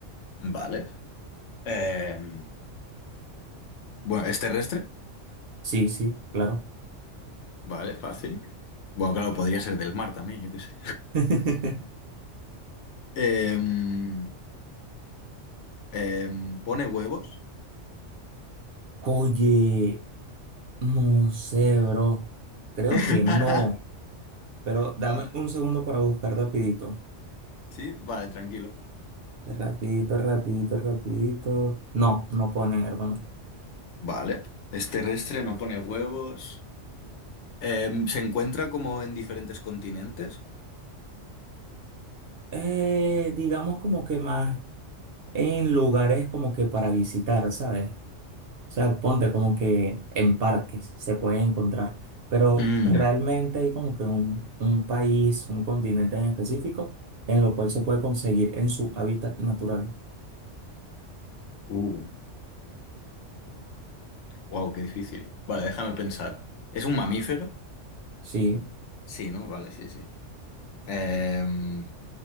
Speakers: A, on the left; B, on the right.
A: Vale. Em, bueno, ¿es terrestre?
B: Sí, sí, claro.
A: Vale, fácil. Bueno, claro, podría ser del mar también, yo qué sé.
B: <laughs>
A: Em, em, ¿pone huevos?
B: Oye, no sé, bro. Creo
A: <laughs>
B: que no. Pero
A: Vale.
B: dame un segundo para buscar rapidito.
A: Sí, vale, tranquilo.
B: Rapidito, rapidito, rapidito. No, no ponen, hermano.
A: Vale. Es terrestre, no pone huevos. Em, ¿se encuentra como en diferentes continentes?
B: Eh, digamos como que más en lugares como que para visitar, ¿sabes? O sea, ponte como que en parques se puede encontrar. Pero
A: Mm.
B: realmente hay como que un, un país, un continente en específico, en lo cual se puede conseguir en su hábitat natural.
A: Uh. wow, qué difícil. Vale, déjame pensar. ¿Es un mamífero?
B: Sí.
A: Sí, ¿no? Vale, sí, sí. Em,